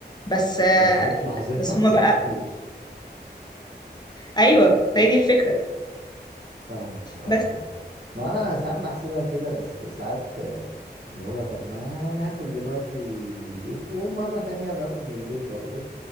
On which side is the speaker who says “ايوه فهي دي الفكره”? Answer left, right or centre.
Left